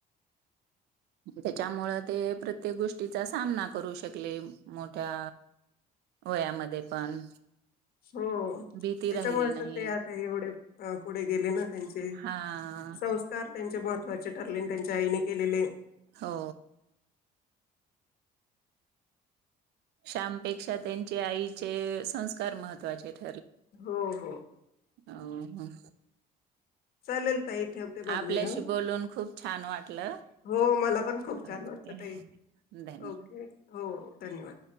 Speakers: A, on the right (about 75°); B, on the left (about 60°).
A: त्याच्यामुळं ते प्रत्येक गोष्टीचा सामना करू शकले, मोठ्या वयामध्ये पण.
B: हो,
A: भीती
B: त्याच्यामुळेच
A: राहिली नाही
B: तर ते आता एवढे अ पुढे गेले ना त्यांचे
A: हां
B: संस्कार त्यांचे महत्त्वाचे ठरले अन् त्यांच्या आईने केलेले
A: हो. श्यामपेक्षा त्यांचे आईचे संस्कार महत्वाचेत.
B: हो हो.
A: हो.
B: चालेल. ताई ठेवते मग
A: आपल्याशी
B: मी ह
A: बोलून खूप छान वाटलं.
B: हो मला पण खूप
A: ओके
B: छान वाटलं ताई,
A: धन्यवाद.
B: ओके हो धन्यवाद.